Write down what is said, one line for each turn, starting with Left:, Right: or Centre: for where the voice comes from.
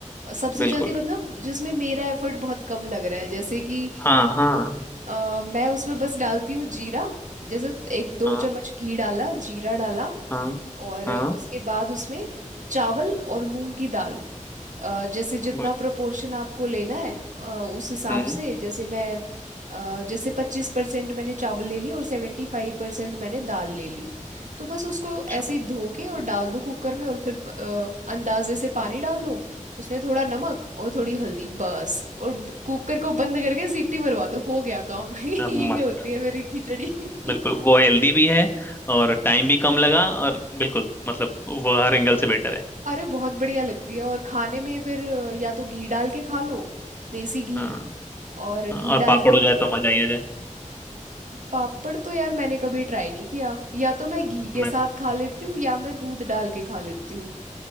Right: सबसे
Left: बिल्कुल
Right: जल्दी मतलब जिसमें मेरा एफर्ट बहुत कम लग रहा है जैसे कि
Left: हाँ हाँ
Right: अ, मैं उसमें बस डालती हूँ जीरा जैसे एक दो
Left: हाँ
Right: चम्मच घी डाला जीरा डाला
Left: हाँ
Right: और
Left: हाँ
Right: उसके बाद उसमें चावल और मूंग की दाल अ, जैसे जितना
Left: बस
Right: प्रोपोर्शन आपको लेना है अ, उस हिसाब
Left: हम्म
Right: से जैसे मैं अ, जैसे पच्चीस परसेंट मैंने चावल ले ली और सेवेंटी फाइव परसेंट मैंने दाल ले ली तो बस उसको
Left: अच्छा
Right: ऐसे ही धो के और डाल दो कुकर में और फिर अ, अंदाजे से पानी डाल दो उसमें थोड़ा नमक और थोड़ी हल्दी बस और ब- कुकर को बंद करके सीटी मरवा दो हो गया काम <laughs> ये
Left: अब मस्त
Right: होती है मेरी खिचड़ी <laughs>
Left: बिल्कुल वो हेल्दी भी है और टाइम भी कम लगा और बिल्कुल मतलब वो हर एंगल से बेटर है
Right: अरे बहुत बढ़िया लगती है और खाने में फिर अ, या तो घी डाल के खा लो देसी घी
Left: हाँ
Right: और
Left: हाँ,
Right: घी
Left: और
Right: डाल
Left: पापड़
Right: के
Left: हो जाए तो मजा ही आ जाए
Right: पापड़ तो यार मैंने कभी ट्राई नहीं किया या तो मैं घी के
Left: मैं
Right: साथ खा लेती हूँ या मैं दूध डाल के खा लेती हूँ